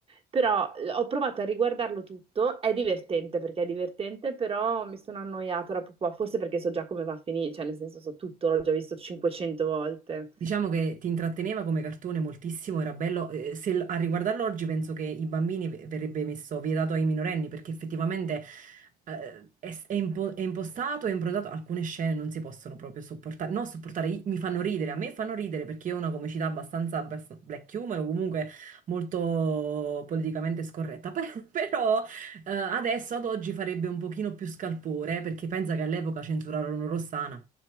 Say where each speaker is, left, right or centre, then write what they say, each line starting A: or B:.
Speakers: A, on the right; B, on the right.
A: però eh, ho provato a riguardarlo tutto, è divertente perché è divertente, però mi sono annoiata dopo qua, forse perché so già come va a finire, cioè nel senso so tutto, l'ho già visto 500 volte.
B: Diciamo che ti intratteneva come cartone moltissimo, era bello. eh, se l- a riguardarlo oggi penso che i bambini ve- verrebbe messo vietato ai minorenni perché effettivamente eh, è, s- è impo- è impostato e improntato. Alcune scene non si possono proprio sopportare. No, sopportare, i- mi fanno ridere, a me fanno ridere perché ho una comicità abbastanza, abbast- black humor o comunque molto politicamente scorretta. <laughs> Però eh, adesso ad oggi farebbe un pochino più scalpore perché pensa che all'epoca censurarono Rossana,